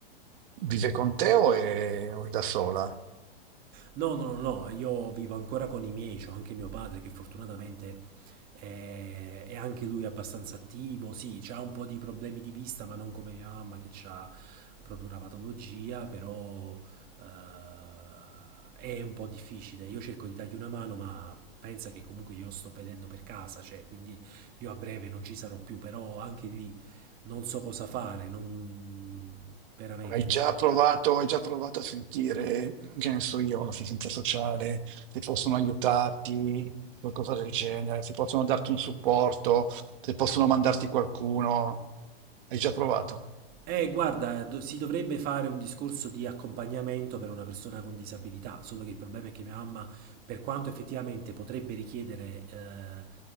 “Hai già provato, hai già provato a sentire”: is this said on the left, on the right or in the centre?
Right